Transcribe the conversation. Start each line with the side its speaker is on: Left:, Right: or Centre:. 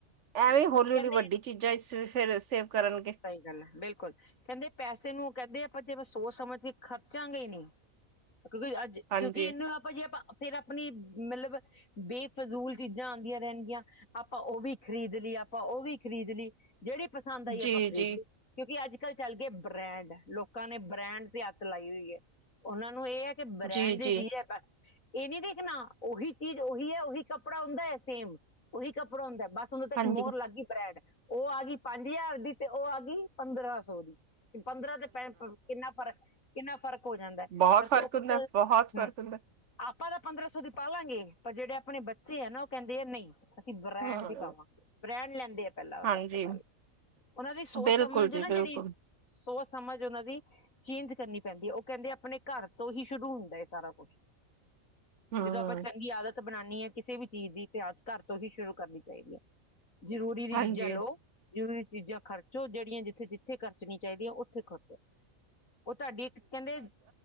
Left: ਸਹੀ
Right: ਐਵੇਂ ਹੌਲੀ
Left: ਗੱਲ ਹੈ। ਕਹਿੰਦੇ
Right: ਹੌਲੀ ਵੱਡੀ ਚੀਜ਼ ਜਾਂ ਵੀ ਫੇਿਰ ਸੇਵ ਕਰਨਗੇ।
Left: ਸਹੀ ਗੱਲ ਹੈ, ਬਿਲਕੁਲ ਕਹਿੰਦੇ ਪੈਸੇ ਨੂੰ ਕਹਿੰਦੇ ਆਪਾਂ ਜੇਵੇਂ ਸੋਚ -ਸਮਝ ਕੇ ਖਰਚਾਂਗੇ ਨੀ। ਕਿਉਂਕਿ ਅੱਜ,
Right: ਹਾਂਜੀ
Left: ਕਿਉਂਕਿ ਇਹਨੂੰ ਆਪ ਆਪਾਂ ਜੀ, ਆਪਾਂ ਫੇਰ ਆਪਣੀ ਮਤਲਬ ਬੇਫਜ਼ੂਲ ਚੀਜ਼ਾਂ ਆਉਂਦੀਆਂ ਰਹਿਣਗੀਆਂ। ਆਪਾਂ ਉਹ ਵੀ ਖ਼ਰੀਦ ਲੀ। ਆਪਾਂ ਉਹ ਵੀ ਖਰੀਦ ਲੀ ਜਿਹੜੀ ਪਸੰਦ ਆਈ
Right: ਜੀ
Left: ਆਪਾਂ ਖਰੀਦ
Right: ਜੀ
Left: ਲਈ ਕਿਉਂਕਿ ਅੱਜ ਕੱਲ੍ਹ ਚੱਲ ਗਏ ਬ੍ਰੈਂਡ। ਲੋਕਾਂ ਨੇ ਬ੍ਰੈਂਡ ਤੇ ਹੱਦ ਲਾਈ ਹੋਈ ਐ। ਉਹਨਾਂ ਨੂੰ ਇਹ ਹੈ ਕਿ ਬ੍ਰੈਂਡ
Right: ਜੀ ਜੀ
Left: ਦੀ ਚੀਜ਼ ਹੈ। ਇਹ ਨੀ ਦੇਖਣਾ। ਉਹੀ ਚੀਜ਼ ਉਹੀ ਹੈ ਉਹੀ ਕੱਪੜਾ ਹੁੰਦਾ ਐ ਸੇਮ। ਉਹੀ ਕੱਪੜਾ ਹੁੰਦਾ। ਬਸ ਦੋਂ ਤ ਇੱਕ
Right: ਹਾਂਜੀ
Left: ਮੋਹਰ ਲੱਗ ਗਈ ਬੈਡ। ਉਹ ਆ ਗਈ ਪੰਜ ਹਜ਼ਾਰ ਦੀ, ਤੇ ਉਹ ਆ ਗਈ ਪੰਦਰਾਂ ਸੌ ਦੀ। ਪੰਦਰਾਂ ਤੇ ਪੰਜ ਕਿੰਨਾ ਫਰਕ, ਕਿੰਨਾ ਫਰਕ ਹੋ ਜਾਂਦਾ ਐ
Right: ਬਹੁਤ
Left: ਪਰ
Right: ਫ਼ਰਕ
Left: ਉਹ ਕਿ
Right: ਹੁੰਦਾ ਬਹੁਤ ਫ਼ਰਕ
Left: ਹਮ
Right: ਹੁੰਦਾ
Left: ਆਪਾਂ ਤਾਂ ਪੰਦਰਾਂ ਸੌ ਦੀ ਪਾ ਲਾਂਗੇ, ਪਰ ਜਿਹੜੇ ਆਪਣੇ ਬੱਚੇ ਹੈ ਨਾ ਉਹ ਕਹਿੰਦੇ ਆ ਨਈ। ਅਸੀਂ ਬ੍ਰੈਂਡ
Right: ਹਾਂ
Left: ਵੀ ਪਾਵਾਂਗੇ, ਬ੍ਰੈਂਡ ਲੈਂਦੇ ਆ ਪਹਿਲਾਂ ਸਭ
Right: ਹਾਂਜੀ
Left: ਤੋਂ ਪਹਿਲਾਂ। ਉਹਨਾਂ ਦੀ ਸੋਚ
Right: ਬਿਲਕੁਲ
Left: ਸਮਝ
Right: ਜੀ
Left: ਨਾ
Right: ਬਿਲਕੁਲ
Left: ਜਿਹੜੀ, ਸੋਚ ਸਮਝ ਉਹਨਾਂ ਦੀ ਚੇਂਜ ਕਰਨੀ ਪੈਂਦੀ ਐ ਓ ਕਹਿੰਦੇ ਆਪਣੇ ਘਰ ਤੋਂ ਹੀ ਸ਼ੁਰੂ ਹੁੰਦਾ ਏ ਸਾਰਾ ਕੁਛ।
Right: ਹਮ
Left: ਜਦੋਂ ਆਪਾਂ ਚੰਗੀ ਆਦਤ ਬਣਾਣੀ ਆ ਕਿਸੇ ਵੀ ਚੀਜ਼ ਦੀ ਤੇ ਆਦਤ ਘਰ ਤੋਂ ਹੀ ਸ਼ੁਰੂ ਕਰਨੀ ਚਾਹੀਦੀ ਐ। ਜ਼ਰੂਰੀ ਦੀ
Right: ਹਾਂਜੀ
Left: ਚੀਜ਼ਾਂ ਲਓ। ਜ਼ਰੂਰੀ ਚੀਜ਼ਾਂ ਖਰਚੋ। ਜਿਹੜੀਆਂ ਜਿੱਥੇ-ਜਿੱਥੇ ਖਰਚਣੀ ਚਾਹੀਦੀਆਂ ਉੱਥੇ ਖਰਚੋ। ਓ ਤੁਹਾਡੀ ਇੱਕ ਕਹਿੰਦੇ